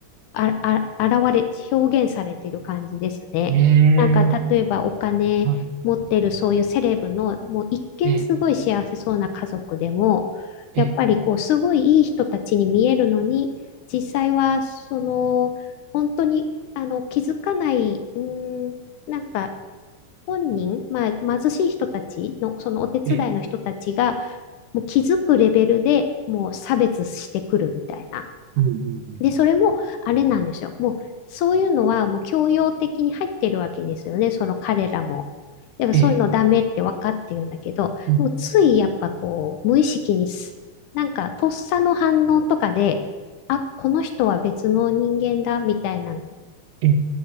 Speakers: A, on the left; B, on the right.
A: あ、あ、現れ、表現されてる感じですね。
B: え、ええ、
A: なんか、例えばお金持ってるそういうセレブの、
B: はい、
A: もう一見すごい幸せそうな家族でも、
B: ええ、ええ、
A: やっぱりこう、すごいいい人たちに見えるのに、実際は、その、本当に、あの、気づかない、うーん、なんか、本人、まあ、貧しい人たちの、そのお手伝いの人たちが、
B: ええ、
A: もう気づくレベルでもう差別してくるみたいな。
B: うん、うん、うん、
A: で、それも、あれなんですよ。もう、そういうのは、もう教養的に入ってるわけですよね、その彼らも。でも、
B: ええ、
A: そういうのダメって分かってるんだけど、
B: うん、
A: もう、ついやっぱこう、無意識にす、なんか、とっさの反応とかで、あ、この人は別の人間だ、みたいなの
B: ええ、